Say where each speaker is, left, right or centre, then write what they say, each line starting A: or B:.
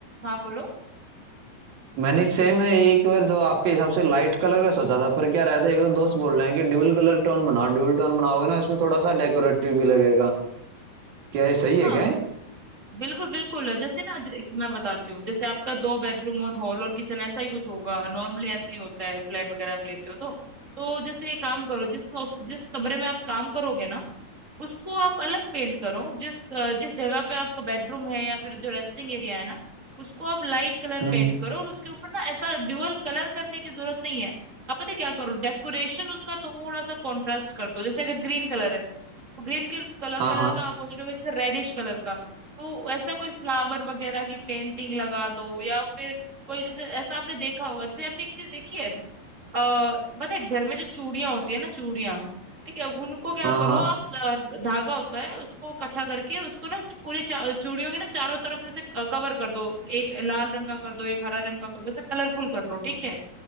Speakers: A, on the right; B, on the right.
A: हाँ बोलो
B: मैंने सेम एक बार जो आपके हिसाब से लाइट कलर का सोचा था पर क्या रहता है एक दो दोस्त बोल रहे हैं कि ड्यूल कलर टोन बनाओ ड्यूल टोन बनाओगे ना इसमें थोड़ा सा डेकोरेटिव भी लगेगा क्या ये सही है
A: हाँ
B: क्या ये?
A: बिल्कुल बिल्कुल जैसे ना दे- मैं बताती हूँ जैसे आपका दो बेडरूम और हॉल और किचन ऐसा ही कुछ होगा नॉर्मली ऐसा ही होता है फ्लैट वगैरह आप लेते हो तो तो जैसे ये काम करो जिस ऑफ- जिस कमरे में आप काम करोगे ना उसको आप अलग पेंट करो जिस अ, जिस जगह पे आपका बेडरूम है या फिर जो रेस्टिंग एरिया है ना उसको आप लाइट कलर
B: हम्म
A: पेंट
B: हम्म
A: करो और उसके ऊपर ना ऐसा ड्यूअल कलर करने की जरूरत नहीं है आप पता है क्या करो डेकोरेशन उसका थोड़ा सा कॉन्ट्रास्ट कर दो जैसे अगर ग्रीन कलर है तो ग्रीन के कलर
B: हाँ
A: कलर
B: हाँ
A: का अपोजिट होगा जैसे रेडिश कलर का तो ऐसा कोई फ्लावर वगैरह की पेंटिंग लगा दो या फिर कोई जैसे ऐसा आपने देखा होगा जैसे आपने एक चीज देखी है अ पता है घर में जो चूड़ियां होती है ना चूड़ियां ठीक है उनको क्या
B: हाँ
A: करो
B: हाँ
A: आप अ, धागा होता है उसको इकट्ठा करके उसको ना पूरी चा- चूड़ियों के ना चारों तरफ से ऐसे कवर कर दो एक लाल रंग का कर दो एक हरा रंग का कर दो ऐसे कलरफुल कर लो ठीक है